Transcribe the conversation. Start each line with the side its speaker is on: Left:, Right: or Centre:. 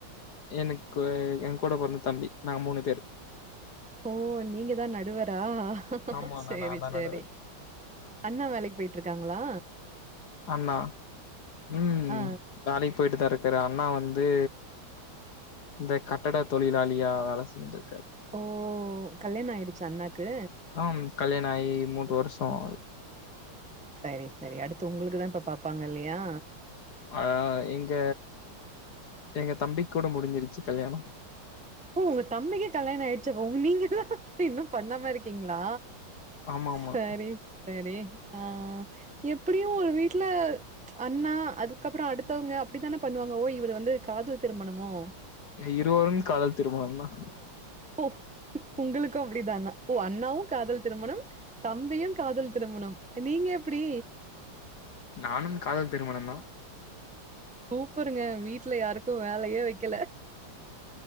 Left: எனக்கு எ கூட பொறந்த தம்பி நாங்க மூணு பேரு
Centre: ஓ நீங்க தா நடுவரா
Left: ஆமா அண்ணா
Centre: செரி
Left: நா தா
Centre: செரி
Left: நடுவர்
Centre: அண்ணா வேலைக்கு போயிட்டு இருக்காங்களா
Left: அண்ணா ம்
Centre: ஆ
Left: வேலைக்கு போயிட்டு தா இருக்குற அண்ணா வந்து இந்த கட்டட தொழிலாளியா வேல செஞ்சிருக்காரு
Centre: ஓ கல்யாண ஆயிடுச்சா அண்ணாக்கு
Left: ஆ கல்யாண ஆகி மூன்ற வருஷோ ஆகுது
Centre: செரி செரி அடுத்து உங்களுக்கு தா இப்ப பாப்பாங்க இல்லையா
Left: அ எங்க எங்க தம்பி கூட முடிஞ்சிருச்சு கல்யாணோ
Centre: ஓ உங்க தம்பிக்கே கல்யாண ஆயிடுச்சு இப்ப உங்க நீங்க எல்லா இன்னு பண்ணாம இருக்கீங்களா
Left: ஆமா ஆமா
Centre: செரி செரி ஆ எப்டியு ஒரு வீட்ல அண்ணா அதுக்கப்பறோ அடுத்தவங்க அப்டித்தான பண்ணுவாங்க ஓ இவர் வந்து காதல் திருமணமோ
Left: இருவரும் காதல் திருமணம் தா
Centre: ஓ உங்களுகு அப்டிதானா ஓ அண்ணாவு காதல் திருமணம் தம்பியு காதல் திருமணம் நீங்க எப்படி
Left: நானும் காதல் திருமணம் தா
Centre: சூப்பருங்க வீட்ல யாருக்கு வேலயே வைக்கல